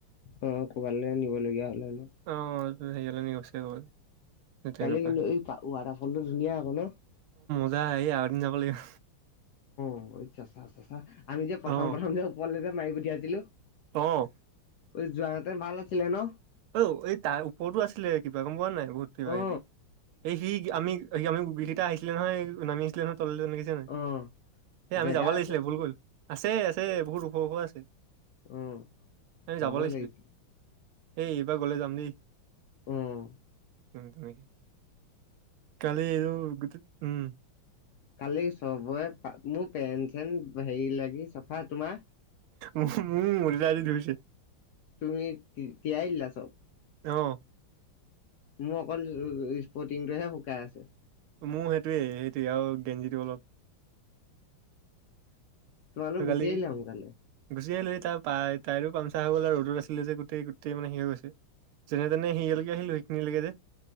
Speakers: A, on the left; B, on the right.
A: অ ক'বালৈ নিবলগীয়া হলে ন
B: অ' <unintelligible> তেনেকুৱা
A: কালি কিন্তু এই ৱাটাৰফল টো ধুনীয়া আক ন'?
B: না এই আৰু এদিন যাব লাগিব।
A: <unintelligible> চেঁচা চেঁচা, আমি যে প্ৰথম
B: অ'
A: প্ৰথম যে ওপৰলে যে মাৰি পঠিয়াইছিলো!
B: অ'
A: অই যোৱাহেতেন ভাল আছিলে ন?
B: ঔ এই তাৰ ওপৰতো আছিলে কিবা গম পোৱা নাই বহুত কিবা
A: অ
B: কিবি। এই সি আমি এই আমি কিটা আহিছিলে নহয় নামি আহিছিলে নহয় তললে দেখিছিলা নাই?
A: অ
B: এ
A: জেগা
B: আমি যাব
A: আছে
B: লাগিছিলে ভুল কৰিলোঁ। আছে আছে বহুত ওখ ওখ আছে।
A: উম,
B: আমি
A: যাবই
B: যাব লাগিছিলে
A: লাগিছিল।
B: এই এইবাৰ গলে যাম দেই।
A: উম।
B: উম তেনেকে। কালি এইটো গোটেই উম
A: কালি চবৰে পা মোৰ পেৰেণ্টছ হেন হেৰি লাগি চাফা তোমাৰ?
B: মোৰ দেউতাই আজি ধৰিছে।
A: তুমি তিয়াই দিলা চব?
B: অঁ'।
A: মোৰ অকল স্পৰ্টিংটোহে শুকাই আছে।
B: মোৰ সেইটোৱে - সেইটোৱে আৰু গেঞ্জিটো অলপ।
A: তোমালোক গুচি
B: কালি
A: আহিলা
B: কি,
A: সোনকালে
B: গুচি আহিলো তাৰ পাই তায়াৰো পামচা চাৰ হৈ গ'ল আৰু ৰ'দত আছিলে যে গোটেই গোটেই মানে সেই হৈ গৈছে। যেনে তেনে হেৰিয়ালৈকে আহিলো সেইখিনিলৈকে যে